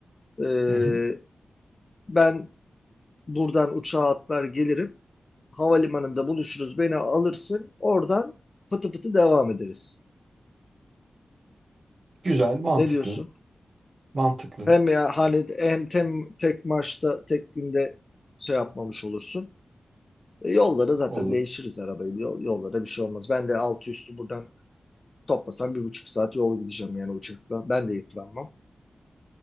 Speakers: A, on the left (about 40°); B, on the right (about 60°).
A: Ee,
B: Hı hı.
A: ben buradan uçağa atlar gelirim. Havalimanında buluşuruz. Beni alırsın. Oradan fıtı fıtı devam ederiz.
B: Güzel. Mantıklı.
A: Ne diyorsun?
B: Mantıklı.
A: Hem ya hani hem tem, tek maçta tek günde şey yapmamış olursun. E, yolda zaten
B: Olur.
A: değişiriz arabayı. Yol, yollara bir şey olmaz. Ben de altı üstü buradan toplasam bir buçuk saat yol gideceğim yani uçakla. Ben de yıpranmam.